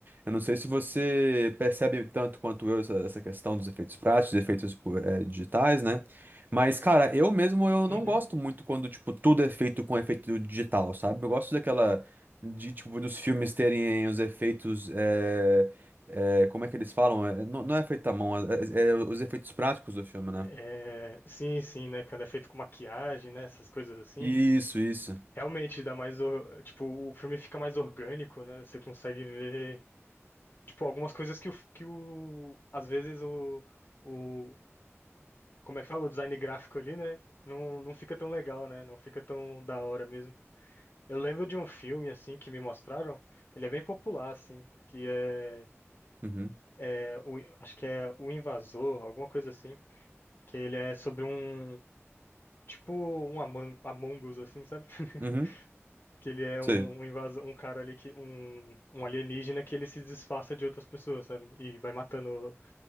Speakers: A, on the right; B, on the left.
A: Eu não sei se você percebe tanto quanto eu essa, essa questão dos efeitos práticos, dos efeitos, pô, eh, digitais, né? Mas, cara, eu mesmo eu não
B: uhum.
A: gosto muito quando, tipo, tudo é feito com efeito digital, sabe? Eu gosto daquela, de, tipo, dos filmes terem os efeitos, é, é, como é que eles falam? É, não, não é feito à mão, é, é é os efeitos práticos do filme, né?
B: É, sim, sim, né? Quando é feito com maquiagem, né? Essas coisas assim.
A: Isso, isso.
B: Realmente dá mais, or- tipo, o filme fica mais orgânico, né? Você consegue ver, tipo, algumas coisas que o, que o, às vezes o, o, como é que fala? O design gráfico ali, né? Não, não fica tão legal, né? Não fica tão da hora mesmo. Eu lembro de um filme assim que me mostraram, ele é bem popular assim, que é,
A: Uhum,
B: é o- acho que é O Invasor, alguma coisa assim, que ele é sobre um tipo um Among, Among Us assim, sabe? <laughs>
A: uhum,
B: Que ele é
A: sei.
B: um, um invasor, um cara ali que um, um alienígena que ele se disfarça de outras pessoas, sabe? E vai matando